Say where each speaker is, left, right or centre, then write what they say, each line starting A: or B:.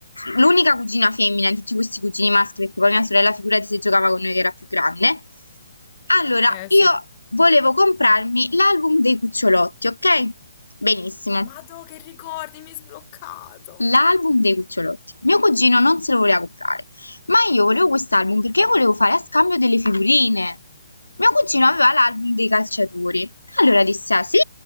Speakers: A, on the left (about 80°); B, on the left (about 30°).
A: l'unica cugina femmina di tutti questi cugini maschi, perché poi mia sorella, figurati se giocava con noi che era più grande. Allora,
B: eh
A: io
B: sì.
A: volevo comprarmi l'album dei cucciolotti, ok? Benissimo
B: Madò, che ricordi, mi hai sbloccato.
A: l'album dei cucciolotti. Mio cugino non se lo voleva comprare, ma io volevo quest'album perché volevo fare a scambio delle figurine. Mio cugino aveva l'album dei calciatori. Allora disse: Ah sì,